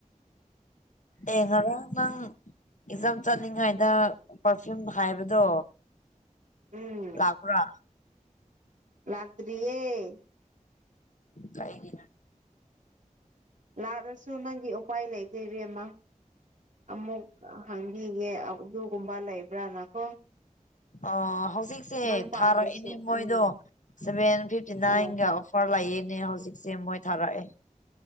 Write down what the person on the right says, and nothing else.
ꯎꯝ
ꯂꯥꯛꯇꯔꯤꯌꯦ
ꯅꯥꯗ꯭ꯔꯁꯨ ꯅꯪꯒꯤ ꯎꯄꯥꯏ ꯂꯩꯇꯦ ꯏꯕꯦꯝꯃꯥ ꯑꯃꯨꯛ ꯍꯥꯡꯕꯤꯒꯦ ꯑꯗꯨꯒꯨꯝꯕ ꯂꯩꯕ꯭ꯔꯥꯅꯀꯣ
ꯅꯪ ꯄꯥꯝꯕꯁꯨ
ꯎꯝ
ꯑꯣ